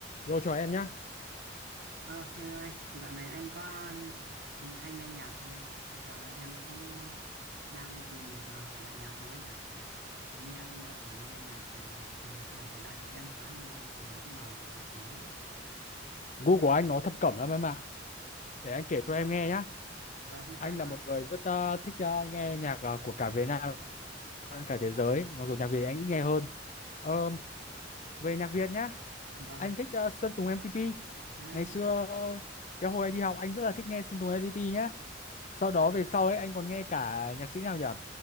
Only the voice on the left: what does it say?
Rồi chào em nhá.
Gu của anh nó thập cẩm lắm em ạ. Để anh kể cho em nghe nhá.
Anh
là một
người rất ờ, thích ờ, nghe nhạc ờ, của cả Việt Nam cả thế giới. Mặc dù nhạc Việt anh ít nghe hơn. Ờ, về nhạc Việt nhá,
anh thích ờ, Sơn Tùng M-TP.
Ngày xưa
ờ, cái hồi anh đi học anh rất là thích nghe Sơn Tùng M-TP nhá. Sau đó về sau ấy anh còn nghe cả nhạc sĩ nào nhỉ?